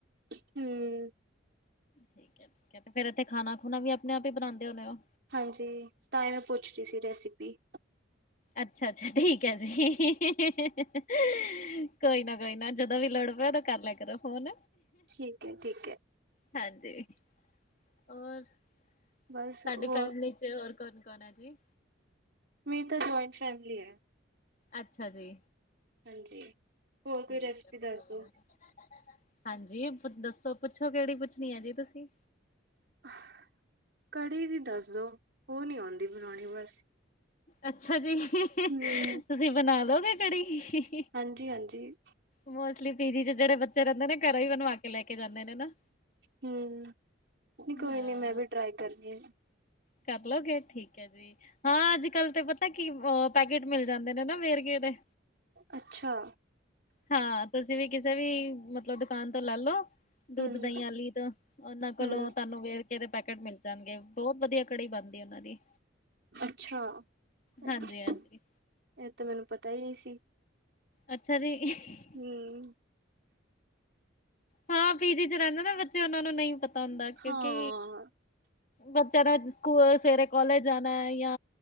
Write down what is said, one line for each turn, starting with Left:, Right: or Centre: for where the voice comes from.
Right: ਹਮ।
Left: ਠੀਕ ਹੈ ਠੀਕ ਹੈ। ਤੇ ਫੇਰ ਇੱਥੇ ਖਾਣਾ ਖੁਣਾ ਵੀ ਆਪਣੇ ਆਪ ਹੀ ਬਣਾਉਂਦੇ ਹੋੁੰਣੇ ਹੋ?
Right: ਹਾਂਜੀ। ਤਾਂਹੀ ਮੈ ਪੁੱਛ ਰਹੀ ਸੀ ਰੈਸਿਪੀ।
Left: ਅੱਛਾ-ਅੱਛਾ ਠੀਕ ਹੈ ਜੀ। ਹੀ-ਹੀ-ਹੀ-ਹੀ-ਹੀ-ਹੀ-ਹੀ। ਕੋਈ ਨਾ ਕੋਈ ਨਾ ਜਦੋਂ ਵੀ ਲੋੜ ਪੈ ਕਰ ਲੈ ਕਰੋ ਫੋਨ
Right: ਠੀਕ ਐ, ਠੀਕ ਐ।
Left: ਹਾਂਜੀ। ਹੋਰ ਸਾਡੀ
Right: ਬਸ ਹੋਰ
Left: ਫੈਮਲੀ ਚ ਤੇ ਹੋਰ ਕੌਣ, ਕੌਣ ਹੈ ਜੀ?
Right: ਮੇਰੀ ਤਾਂ ਜੁਇੰਟ ਫੈਮਿਲੀ ਹੈ।
Left: ਅੱਛਾ ਜੀ।
Right: ਹਾਂਜੀ, ਹੋਰ ਕੋਈ
Left: ਠੀਕ
Right: ਰੈਸਪੀ
Left: ਹੈ। ਵਧੀਆ।
Right: ਦੱਸ ਦੋ?
Left: ਹਾਂਜੀ, ਦੱਸੋ ਪੁੱਛੋ ਕਿਹੜੀ ਪੁੱਛਣੀ ਐ ਜੀ, ਤੁਸੀਂ
Right: <unintelligible> ਕੜੀ ਦੀ ਦੱਸ ਦੋ, ਉਹ ਨੀ ਆਉਂਦੀ ਬਣਾਉਣੀ ਬਸ।
Left: ਅੱਛਾ ਜੀ। <unintelligible>
Right: ਹਂ
Left: ਤੁਸੀਂ ਬਣਾ ਲੋਗੇ ਕੜੀ? <unintelligible>
Right: ਹਾਂਜੀ, ਹਾਂਜੀ।
Left: ਮੋਸਟਲੀ ਪੀਜੀ ਚ ਜਿਹੜੇ ਬਚ ਬੱਚੇ ਰਹਿੰਦੇ ਨੇਂ, ਘਰੋ ਹੀ ਬਣਵਾ ਕੇ ਲੈ ਕੇ ਜਾਂਦੇ ਨੇਂ ਨਾਂ।
Right: ਹੂੰ, ਨੀ ਕੋਈ
Left: ਹਾਂ।
Right: ਨੀ ਮੈਂ ਵੀ ਟਰਾਈ ਕਰਨੀ ਆਂ।
Left: ਕਰਲੋਗੇ? ਠੀਕ ਐ ਜੀ। ਹਾਂ, ਅੱਜ-ਕੱਲ ਤੇ ਪਤਾ ਕੀ? ਓ ਪੈਕੇਟ ਮਿਲ ਜਾਂਦੇ ਨੇਂ ਨਾਂ ਵੇਰਗੇ ਦੇ।
Right: ਅੱਛਾ।
Left: ਹਾਂ, ਤੁਸੀਂ ਵੀ ਕਿਸੇ ਵੀ ਮਤਲਬ ਦ ਦੁਕਾਨ ਤੋਂ ਲੈ ਲੋ। ਦੁੱਧ
Right: ਹੂੰ,
Left: ਦਹੀਂ ਆਲੀ ਤੋਂ ਉਹਨਾਂ ਕੋਲੋਂ
Right: ਹੂੰ,
Left: ਤੁਹਾਨੂੰ ਵੇਰਕਾ ਦੇ ਪੈਕੇਟ ਮਿਲ ਜਾਣਗੇਂ, ਬਹੁਤ ਵਧੀਆ ਕੜੀ ਬਣਦੀ ਉਹਨਾਂ ਦੀ।
Right: ਅੱਛਾ, ਇਹ
Left: ਹਾਂਜੀ ਹਾਂਜੀ
Right: ਤਾਂ ਮੈਨੂੰ ਪਤਾ ਈ ਨਈਂ ਸੀ।
Left: ਅੱਛਾ ਜੀ। <unintelligible>
Right: ਹਂ
Left: ਹਾਂ, ਪੀਜੀ ਚ ਰਹਿੰਦੇ ਨਾਂ ਬੱਚੇ, ਉਹਨਾਂ ਨੂੰ ਨ੍ਹੀਂ ਪਤਾ ਹੁੰਦਾ ਕਿਉਂਕਿ
Right: ਹਾਂ,
Left: ਬੱਚਿਆਂ ਨੇ ਸਕੂਲ ਸਵੇਰੇ ਕਾਲਜ ਜਾਣਾ ਹੈ ਯਾ